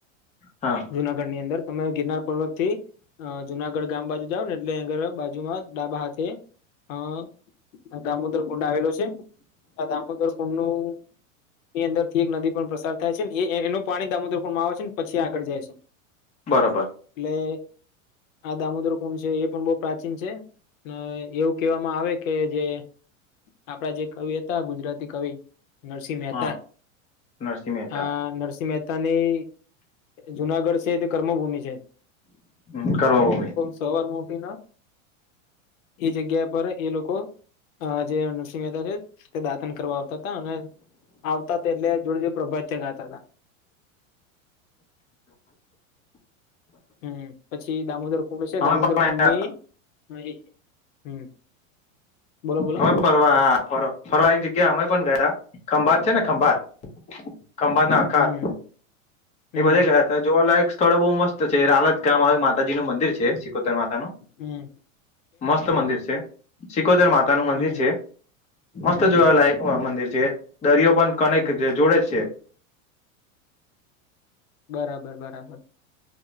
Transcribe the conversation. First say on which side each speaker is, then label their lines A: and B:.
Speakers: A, on the left; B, on the left.
A: હા.
B: જુનાગઢની અંદર તમે ગિરનાર પર્વતથી જુનાગઢ ગામ બાજુ જાવને એટલે અ ઘરના બાજુમાં ડાબા હાથે અ - દામોદર કુંડ આવેલો છે. આ દામોદર કુંડનું એની અંદરથી એક નદી પણ પસાર થાય છે એનું પાણી દામોદર કુંડ માં આવે છે પછી આગળ જાય છે.
A: બરાબર.
B: એટલે આ દામોદર કુંડ છે એ પણ બહ પ્રાચીન છે. એવું કહેવામાં આવે કે કે જે આપડા જે કવિ હતા. ગુજરાતી કવિ નરસિંહ મહેતા
A: હા નરસિંહ મહેતા
B: આ નરસિંહ મેતા તાની જુનાગઢ છે તે કર્મભૂમિ છે.
A: હ કર્મભૂમિ.
B: સવારમા ઊઠીને એ જગ્યા પર એ લોકો અ જે નરસિંહ મહેતા છે તે દાતન કરવા આવતા હતા અને આવતા હતા એટલે જોડ જે પ્રભાતિયાં ગાતા હતા. હમ્મ પછી દામોદર કુંભ છે.
A: અમે
B: દામોદર
A: પણ
B: કુંડની એ હમ્મ બોલો બોલો.
A: અમે ફરવા હા ફર ફરવા એક જગ્યા અમે પણ ગયા ખંભાત છે ને ખંભાત ખંભાતના અખાત
B: હમ્મ હમ્મ
A: એ બધે ગયા ત્યાં જોવાલાયક સ્થળો બહુ મસ્ત છે. રાલજ ગામ આવે માતાજીનું મંદિર છે. માતાનું
B: હમ્મ
A: મસ્ત મંદિર છે. સિકોદર માતાનું મંદિર
B: હમ્મ હમ્મ
A: છે. મસ્ત
B: હમ્મ
A: જોવાલાયક મંદિર છે દરિયો પણ કનેક
B: હમ્મ
A: જે જોડે છે.
B: બરાબર બરાબર